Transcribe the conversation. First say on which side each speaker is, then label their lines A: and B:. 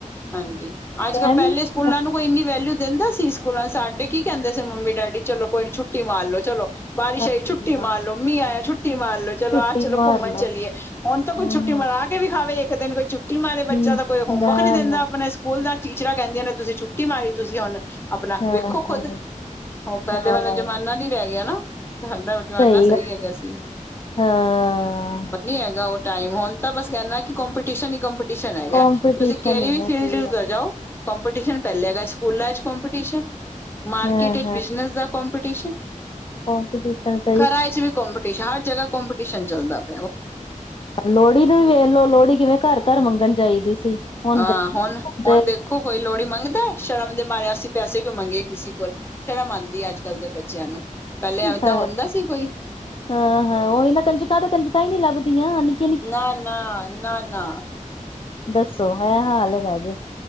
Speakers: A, on the left; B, on the left.
A: ਹਾਂਜੀ, ਅੱਜ-ਕੱਲ
B: ਟਾਈਮ
A: ਪੈਲੇ
B: ਹੀ ਨੀ
A: ਸਕੂਲਾਂ ਨੂੰ ਕੋਈ ਇੰਨੀ ਵੈਲਿਊ ਦਿੰਦਾ ਸੀ, ਸਕੂਲ ਸਾਡੇ ਕੀ ਕੈਂਦੇ ਸੀ ਮੰਮੀ-ਡੈਡੀ ਚਲੋ ਕੋਈ ਨ ਛੁੱਟੀ ਮਾਰ ਲੋੋ ਚਲੋ ਬਾਰਿਸ਼
B: ਹਾਂ
A: ਆਈ ਛੁੱਟੀ ਮਾਰ ਲੋਓ, ਮੀਹ ਆਯਾ ਛੁੱਟੀ ਮਾਰ ਲੋ, ਚਲੋ
B: ਛੁੱਟੀ
A: ਅਸੀ ਚਲੋ
B: ਮਾਰ
A: ਘੁੰਮਣ
B: ਲੋ
A: ਚਲੀਏ। ਹੁਣ ਤਾਂ ਕੋਈ
B: ਹਮ
A: ਛੁੱਟੀ ਮਰਾ ਕੇ ਵੀਖਾਵੇ ਇੱਕ ਦਿਨ, ਕੋਈ ਛੁੱਟੀ ਮਾਰੇ
B: ਹਮ
A: ਬੱਚਾ ਤਾਂ ਕੋਈ ਹੋਮਵਰਕ
B: ਨਾ
A: ਨਈਂ ਦਿੰਦਾ
B: ਨਾ
A: ਅਪਨਾ। ਸਕੂਲ ਦਾ ਟੀਚਰਾਂ ਕੈਂਦੀਆਂ ਨੇ ਤੁਸੀਂ ਛੁੱਟੀ ਮਾਰੀ, ਤੁਸੀਂ ਹੁਣ ਅਪਨਾ
B: ਹਾਂ
A: ਵੇਖੋ
B: ਹਾਂ
A: ਖੁਦ, ਹ ਪੈਲੇ
B: ਹਾਂ
A: ਵਾਲਾ ਜਮਾਨਾ ਨੀ ਰੈ ਗਯਾ। ਸਾਡਾ
B: ਸਹੀ
A: ਮਾਨਾ ਸਈ
B: ਗੱਲ
A: ਹੈਗਾ ਸੀ।
B: ਹਾਂ
A: ਨੀਂ ਹੈਗਾ ਓ ਟਾਈਮ ਹੁਣ ਤਾਂ ਬਸ ਕੈਂਦਾ ਕਿ ਕੰਪੀਟੀਸ਼ਨ ਹੀ ਕੰ ਪਿਟਿਸ਼ਨ ਹੈਗਾ।
B: ਕਪੀਟੀਸ਼ਨ
A: ਤੁਸੀਂ ਕੇੜੀ
B: ਹੀ
A: ਵੀ
B: ਹੈ
A: ਫੀਲਡ
B: ਸਹੀ
A: ਚਲੇ
B: ਗੱਲ
A: ਜਾਓ ਕੰਪੀਟੀਸ਼ਨ ਪੈਲੇ ਹੈਗਾ ਸਕੂਲਾਂ ਚ ਕੰਪੀਟੀਸ਼ਨ, ਮਾਰਕੀਟ
B: ਹਾਂ
A: ਚ ਬਿਜਨਸ ਦਾ ਕੰਪੀਟੀਸ਼ਨ।
B: ਕੌਮਪਟੀਟਰਸ
A: ਖਰਾ ਚ ਵੀ ਕੋਂਪਟਟੀਸ਼ਨ, ਹਰ ਜਗਾ ਕੋਂਮਪਟੀਸ਼ਨ ਚੱਲਦਾ ਪ
B: ਲੋਹੜੀ ਨੂੰ ਵੀ ਵੇਖ ਲੋ ਲੋਹੜੀ ਕਿਵੇਂ ਘਰ-ਘਰ ਮੰਗਣ ਜਾਈਦੀ ਸੀ। ਹੁਣ
A: ਹਾਂ
B: ਜਾਂਦੇ
A: ਹੁਨ
B: ਹੁੰਦੇ।
A: ਹੁਨ ਦੇਖੋ ਕੋਈ ਲੋਹੜੀ ਮੰਗਦਾ ਸ਼ਰਮ ਦੇ ਮਾਰੇ ਅਸੀਂ ਤੇ ਅਸੀਂ ਕਿਉਂ ਮੰਗਿਏ ਕਿਸੇ ਕੋਲ। ਸ਼ਰਮ ਆਂਦੀ ਅੱਜ ਕੱਲ੍ਹ ਦੇ ਬੱਚਿਆਂ ਨੂੰ ਪਹਿਲੇ ਐਦਾ
B: ਹਾਂ
A: ਹੁੰਦਾ ਸੀ ਕੋਈ।
B: ਹਾਂ ਹਾਂ ਉਹੀ ਨਾ ਕੰਜਕਾਂ ਤੇ ਕੰਜਕਾਂ ਹੀ ਨੀ ਲੱਭਦੀਆਂ ਨਿਕ
A: ਨਾ-ਨਾ ਨਾ-ਨਾ
B: ਦੱਸੋ ਇਹ ਹਾਲ ਹੈਗਾ ਜੇ।